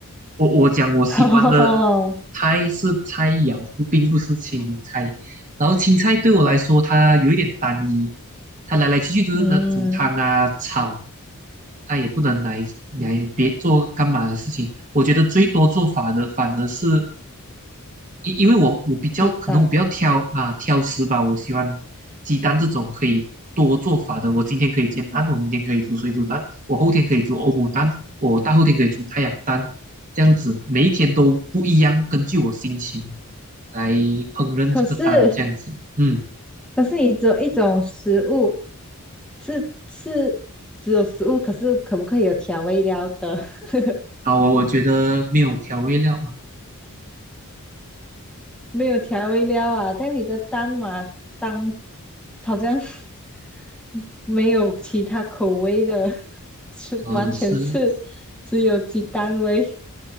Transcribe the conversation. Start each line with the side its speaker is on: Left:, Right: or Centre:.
Right: 我我讲我喜欢的
Centre: <laughs> 哦，
Right: 菜是菜肴，不并不是青菜。然后青菜对我来说，它有一点单一，它来来去去就是能煮汤啊、
Centre: 嗯，
Right: 炒，它也不能来来别做干嘛的事情。我觉得最多做法的反而是因因为我我比较可能我比较挑啊挑食吧，
Centre: 鸡蛋。
Right: 我喜欢鸡蛋这种可以多做法的。我今天可以煎蛋，我明天可以煮水煮蛋，我后天可以煮欧姆蛋，我大后天可以煮太阳蛋，这样子每一天都不一样，根据我心情来烹饪这个蛋，
Centre: 可是，
Right: 这样子。嗯，
Centre: 可是你只有一种食物，是是只有食物，可是可不可以有调味料的？<laughs>
Right: 好，我我觉得没有调味料嘛，
Centre: 没有调味料啊，这样你的蛋嘛，当好像 <laughs> 没有其他口味的，<laughs> 是完全是只有鸡蛋味
Right: 呃是